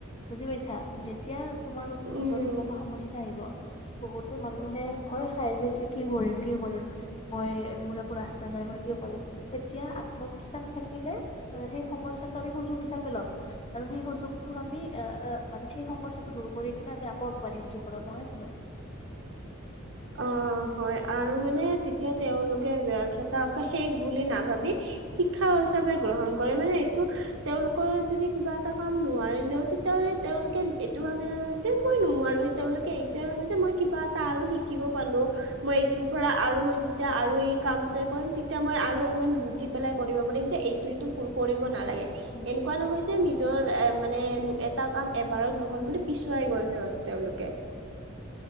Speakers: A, on the left; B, on the right.
A: বুজি পাইছা যেতিয়া তোমাৰ
B: উম।
A: ওচৰত কিবা এটা সমস্যা আহিব বহুতো মানুহে ভয় খাই যে এতিয়া কি কৰিম, কি কৰিম মই মোৰ একো ৰাস্তা নাই মই কি কৰিম তেতিয়া আত্মবিশ্বাস থাকিলে- সেই সমস্যাটো আমি সুযোগ হিচাপে লম আৰু সেই সুযোগ আমি এ মানে সেই সমস্যাটো দূৰ কৰি কিনে আমি আকৌ আগবাঢ়িম জীৱনত। নহয় জানো?
B: অ হয় আৰু মানে তেতিয়া তেওঁলোকে ব্যৰ্থতাক শেষ বুলি নাভাবি শিক্ষা হিচাপে গ্ৰহণ কৰে মানে এইটো তেওঁলোকৰ যদি কিবা এটা কাম নোৱাৰিলেও তেতিয়াহলে তেওঁলোকে এইটো ভাবি নলয় যে মই নোৱাৰো। তেওঁলোকে এইটোয়ে ভাবে যে মই কিবা এটা আৰু <unintelligible> শিকিব পালো, মই এইটোৰ পৰা আৰু মই যেতিয়া আৰু এই কামটো কৰিম তেতিয়া মই আৰু অকমান বুজি পেলাই কৰিব পাৰিম যে এইটো এইটো ভুল কৰি নালাগে।
A: উম,
B: এনেকুৱা নহয় যে নিজৰ এ মানে এটা কাম এবাৰত নহল বুলি পিছুৱাই গ'ল সিহঁত তেওঁলোকে যত